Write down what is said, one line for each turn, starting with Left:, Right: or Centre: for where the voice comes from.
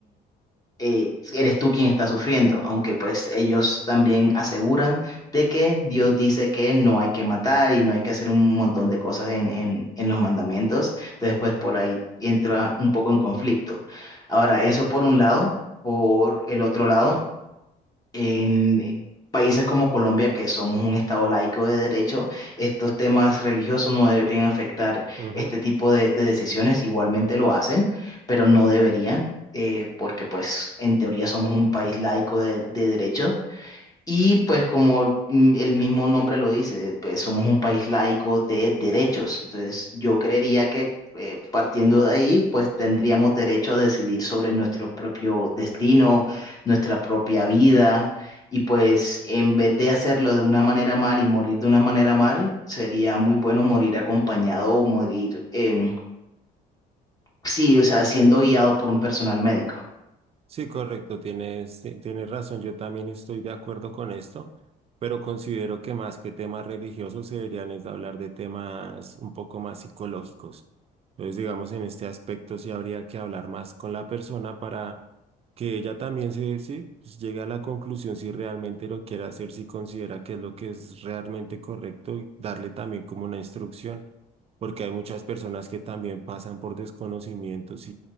Left: eh, eres tú quien está sufriendo, aunque pues ellos también aseguran de que Dios dice que no hay que matar y no hay que hacer un montón de cosas en, en, en los mandamientos, entonces pues por ahí entra un poco en conflicto. Ahora, eso por un lado, por el otro lado. En países como Colombia, que somos un estado laico de derecho, estos temas religiosos no deberían afectar
Right: ujú.
Left: este tipo de, de decisiones. Igualmente lo hacen, pero no deberían, eh, porque pues en teoría somos un país laico de, de derecho. Y pues como mm, el mismo nombre lo dice, pues somos un país laico de derechos. Entonces yo creería que eh, partiendo de ahí, pues tendríamos derecho a decidir sobre nuestro propio destino, nuestra propia vida. Y pues en vez de hacerlo de una manera mal y morir de una manera mal, sería muy bueno morir acompañado o morir, em, sí, o sea, siendo guiado por un personal médico.
Right: Sí, correcto, tienes, ti- tienes razón, yo también estoy de acuerdo con esto, pero considero que más que temas religiosos se deberían es de hablar de temas un poco más psicológicos. Entonces, digamos, en este aspecto sí habría que hablar más con la persona para que ella también se, sí, pues, llegue a la conclusión si realmente lo quiere hacer, si considera que es lo que es realmente correcto y darle también como una instrucción, porque hay muchas personas que también pasan por desconocimientos